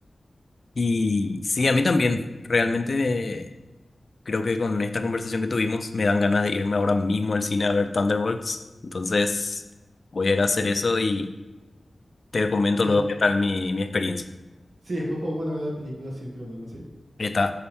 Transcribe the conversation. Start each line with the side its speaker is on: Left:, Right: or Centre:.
Left: Y sí, a mí también, realmente creo que con esta conversación que tuvimos me dan ganas de irme ahora mismo al cine a ver Thunderbolts, entonces voy a ir a hacer eso y te comento
Right: Ya-
Left: luego qué tal mi, mi experiencia.
Right: sí, después podemos hablar de la película sin problema, ¿sí?
Left: eta